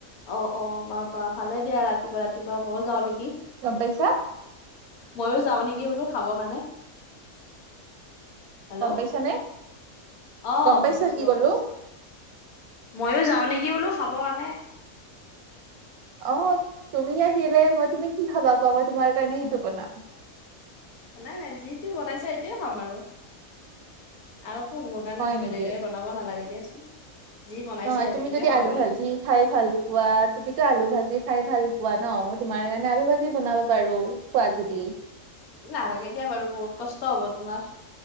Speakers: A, on the left; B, on the right.
A: অ' অ' বাহ-বাহ ভালে দিয়া ৰাতিপুৱা ৰাতিপুৱা, মইয়ো যাওঁ নেকি।
B: গম পাইছা?
A: মইয়ো যাওঁ নেকি বোলোঁ খাবৰ কাৰণে। হেল্ল,
B: গম পাইছা নে
A: অ'হ গম
B: পাইছা
A: পাইছোঁ,
B: কি
A: গম
B: ক'লো
A: পাইছোঁ। মইয়ো যাওঁ নেকি বোলোঁ খাবৰ কাৰণে।
B: অ' তুমি আহিলে মই তুমি কি খাবা কোৱা, মই তোমাৰ কাৰণে সেইটো বনাম।
A: নাই নাই যিটো বনাইছা, এইটোয়ে খাম আৰু। আৰু একো মোৰ কাৰণে
B: হয়
A: বেলেগে
B: নেকি?
A: বনাব নালাগে দিয়াচোন, যি বনাইছা
B: নহয়
A: সেইটোকে
B: তুমি যদি
A: খাব
B: আলু
A: পাৰিম।
B: ভাজি খাই ভাল পোৱা, তুমিতো আলু ভাজি খাই ভাল পোৱা ন, মই তোমাৰ কাৰণে আলু ভাজি বনাব পাৰোঁ। খোৱা যদি।
A: নালাগে দিয়া বাৰু বহুত কষ্ট হ'ব তোমাৰ,